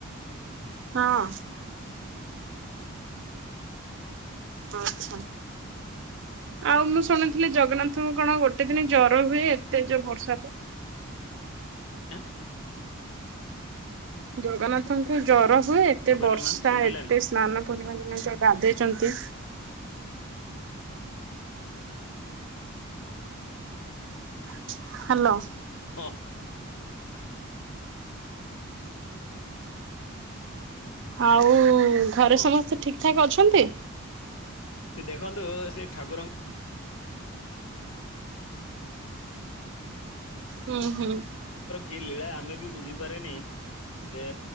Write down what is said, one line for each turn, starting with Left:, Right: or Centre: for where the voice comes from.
Right: ହଁ। ଆଚ୍ଛା। ଆଉ ମୁଁ ଶୁଣିଥିଲି ଜଗନ୍ନାଥଙ୍କୁ କଣ ଗୋଟେ ଦିନ ଜର ହୁଏ ଏତେ ଯୋ ବର୍ଷାାରେ
Left: ଏନ୍।
Right: ଜଗନ୍ନାଥଙ୍କୁ ଜର ହୁଏ ଏତେ
Left: କଣ କହିଲେ
Right: ବର୍ଷା
Left: ମ୍ୟାମ୍ ଶୁଭିଲାନି
Right: ଏତେ ସ୍ନାନ ପୂର୍ଣିମା ଦିନ ଯୋଉ ଗାଧେଇଛନ୍ତି। <unintelligible> ହ୍ୟାଲୋ
Left: ହଁ!
Right: ଆଉ ଘରେ
Left: ହଁ
Right: ସମସ୍ତେ ଠିକ ଠାକ ଅଛନ୍ତି?
Left: ସେ ଦେଖନ୍ତୁ ସେ ଠାକୁରଙ୍କୁ
Right: ହୁଁ ହୁଁ!
Left: କି ଲୀଳା ଆମେ ବି ବୁଝିପାରେନି ଦେ